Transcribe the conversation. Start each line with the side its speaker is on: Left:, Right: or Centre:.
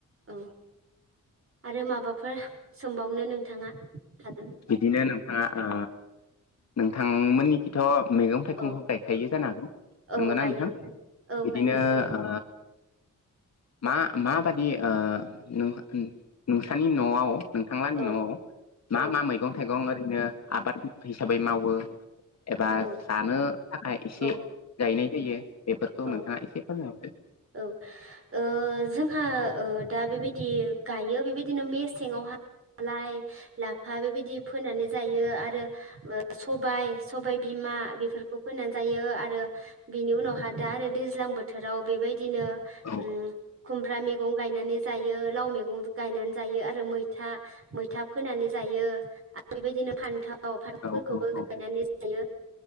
Right: औ आरो माबाफोर सोमबावनो नोंथाङा? हागोन
Left: बिदिनो नोंथाङा ओ नोंथांमोननिखिथ' मैगं थाइगंखौ
Right: औ
Left: गायखायो जानो हागौ
Right: औ
Left: नंगौ ना
Right: गायो
Left: नोंथां?
Right: औ
Left: बिदिनो
Right: गायो औ
Left: ओ मा माबादि ओ नों नोंसानि न'आव नोंथांलानि
Right: औ
Left: न'आव मा
Right: औ
Left: मा मैगं थाइगं ओरैनो आबाद हिसाबै मावो? एबा
Right: औ
Left: जानो थाखाय इसे
Right: औ
Left: गायनाय होयो बेफोरखौ
Right: औ
Left: नोंथाङा एसे फोरमायहरदो
Right: औ ओ जोंहा ओ दा बेबायदि गायो बेबायदिनो मेसेंआव हाय लाइ लाफा बेबायदि फोनानै जायो आर सबाय सबाय बिमा बेफोरखौ फोननानै जायो आरो बिनि उनावहाय दा आरो दैज्लां बोथोराव बेबायदिनो
Left: औ
Right: ओ खुमब्रा मे मेगं गायनानै जायो लाव मेगं गायनानै जायो आरो मैथा मैथा फोनानै जायो आरो बेबायदिनो फान्थाव फान्थावफोरखौबो
Left: औ औ
Right: गायनानै जायो